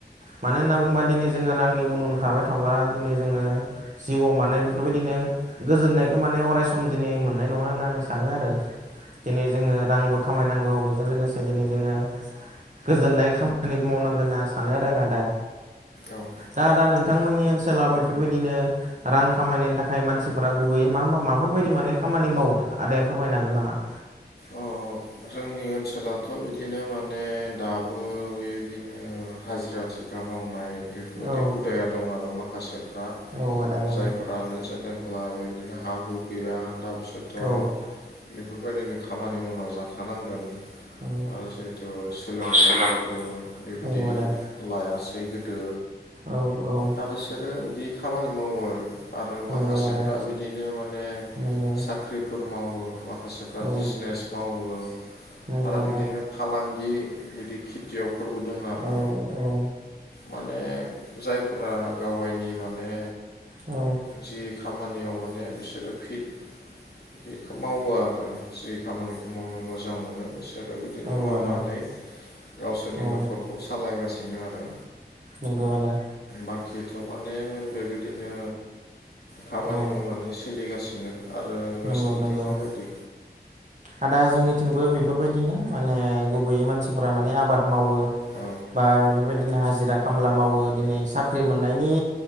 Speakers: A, on the right; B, on the left.
A: मानो होनना बुङोबा दिनै जोङो रांनि उन उन खारबाय थाब्ला दिनै जोङो जिउआव मानाय बे बेफोरबायदिनो गोजोननायखौ अरायस दिनै मोननाय नङा होनना सानो आरो। दिनै जोङो रांबो खामायनांगौ बेजों लोगोसे दिनै जोङो गोजोननाय खामानि मावनांगोन होनना सानो आरो आं आदा।
B: औ
A: दा ओनसोलाव बेफोरबायदिनो रां खामानिनि थाखाय मानसिफोरा गुबैयै मा मा माफोरबायायदि माने खामानि मावो आदाया फोरमायनो हागोन नामा?
B: अ जोंनि ओनसोलावथ' बिदिनो माने दाबो बेबायदिनो हाजिरा थि खा मावनाय बेफोरबायदि
A: औ
B: हुदाया दं आरो माखासेफ्रा
A: औ आदा औ
B: जायफ्रानो जेनेबा अब्ला बिदिनो हा हु गैया दा बिसोरथ'
A: औ
B: बेफोरबायदिनो खामानि मावना जाखायो थानांगोन
A: औ
B: आरो जिहेथु सोलोंथाइफोरबो
A: सोलों
B: बेबायदि
A: औ आदा
B: लायासै गोदो
A: औ औ
B: दा बिसोरो बिदि खामानि मावो आरो। आरो माखासेफ्रा
A: नंगौ आदा
B: बिदिनो माने
A: नंगौ
B: साख्रिफोर मावो माखासेफ्रा
A: औ
B: बिजनेस मावो
A: नंगौ
B: आरो
A: आदा
B: बिदिनो फालांगि बिदि खेथियावफोरबो दङ आरो
A: औ औ
B: माने जायफोरा गाव गायनि माने
A: औ
B: जि खामानियाव माने बिसोरो फिट बेखौ मावो आरो जि खामानिखौ मावनो मोजां मोजां मोनो बिसोरो बिदिनो
A: औ
B: मावनानै
A: आदा
B: गावसोरनि
A: औ
B: न'खर सालायगासिनो आरो।
A: नोंगौ आदा
B: बाखिथ' माने बेबायदिनो खामानि
A: औ
B: मावनानै सोलिगासिनो आरो नोंसोरनिथिं
A: नंगौ नंगौ
B: माबायदि
A: आदा जोंनिथिंबो बेफोरबायदिनो माने मानसिफ्रा माने आबाद मावो
B: औ
A: बा बेफोरबायदिनो हाजिरा खामला मावो दिनै साख्रि मोननायनि